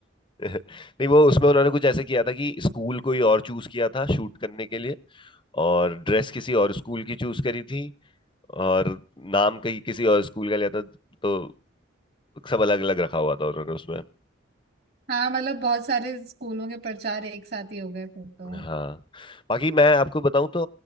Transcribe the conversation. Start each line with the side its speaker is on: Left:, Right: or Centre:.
Left: नहीं वो उसमें उन्होंने कुछ ऐसे किया था कि स्कूल कोई और चूज किया था शूट करने के लिए और ड्रेस किसी और स्कूल की चूज करी थी और नाम कहीं किसी और स्कूल का लिया था तो सब अलग अलग रखा हुआ था उन्होंने उसमें
Right: हाँ मतलब बहुत सारे स्कूलों के प्रचार एक साथ ही हो गए फिर तो
Left: हाँ बाकी मैं आपको बताऊं तो